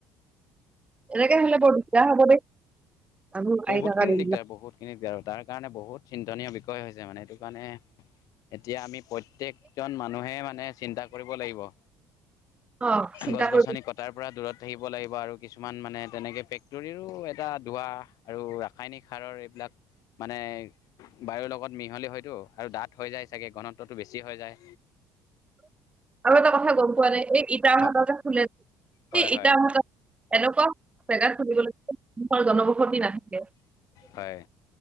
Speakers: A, on the right; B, on the left.
A: এনেকে হ'লে বৰ দিগদাৰ হব দেই। মানুহ আহি
B: বহুতখিনি
A: থকা দিনবিলাক।
B: দিগদাৰ, বহুতখিনি দিগদাৰ তাৰ কাৰণে বহুত চিন্তনীয় বিষ ষয় হৈছে মানে, এইটো কাণে এতিয়া আমি প্ৰত্যক জন মানুহে মানে চিন্তা কৰিব লাগিব।
A: অ', চিন্তা
B: গছ-গছনি
A: কৰিব
B: কট টাৰ পৰা দূৰত থাকিব লাগিব আৰু কিছুমান মানে তেনেকে ফেক্টৰীৰো এটা দুৱা আৰু ৰাসায়নিক সাৰৰ এইবিলাক মানে বায়ুৰ লগত মিহলি হয়তো আৰু ডাঠ হৈ যায় চাগে ঘনত্বটো বেছি হৈ যায়।
A: আৰু এটা কথা গম পোৱা নাই, এই ইটাৰ
B: হয়
A: ভাটা যে খোলে যে,
B: হয়
A: এই
B: হয়
A: ইটাৰ ভাটা এনেকুৱা জেগাত চলিবলৈ মানুহৰ জনবসতি নাথাকে।
B: হয়